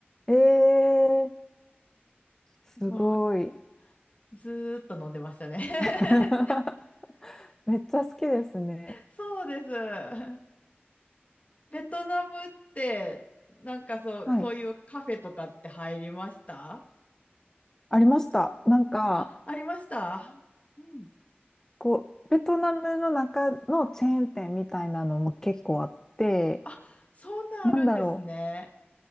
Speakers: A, on the left; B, on the left.
A: ええすごい。
B: もうずーっと飲んでましたね <laughs>
A: <laughs> めっちゃ好きですね。
B: そうです。ベトナムって、なんかそう、
A: はい。
B: そういうカフェとかって入りました
A: ありました。なんか、
B: あ、ありました。うん。
A: こう、ベトナムの中のチェーン店みたいなのも結構あって、
B: あ、そんなんあるんですね。
A: なんだろう。